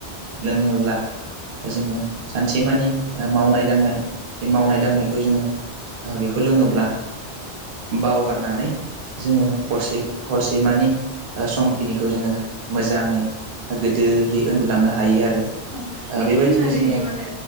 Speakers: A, on the right; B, on the right.
A: लोङोब्ला जोङो सानसेमानि मावनाय दांनाय बे मावनाय दांनायखौ जोङो बेखौ लोङोब्ला बावगारनानै जोङो हरसे हरसेमानि ओ समखिनिखौ जोङो मोजाङै गोदोयै उन्दुलांनो हायो आरो ओ
B: औ बिदि
A: बेबायदिनो
B: होननानै
A: जोङो
B: माने